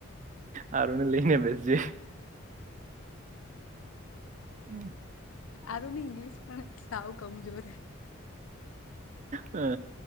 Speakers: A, on the right; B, on the left.
A: આરુંને લઈને બેસજે. હમ.
B: આારુંની ઇંગ્લિશ પણ સાવ કમજોર.
A: હ